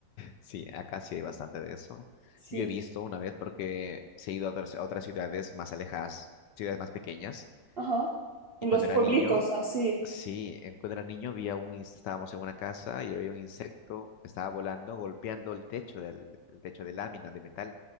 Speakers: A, on the left; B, on the right.
A: Sí, acá sí hay bastante de eso.
B: Sí,
A: Yo he visto una vez porque se he ido a otras, a otras ciudades más alejadas, ciudades más pequeñas
B: ajá.
A: Y
B: En
A: cuando
B: los pueblitos,
A: era niño,
B: así.
A: sí, eh, cuando era niño había un, ins- estábamos en una casa y había un insecto que estaba volando, golpeando el techo del, el techo de lámina de metal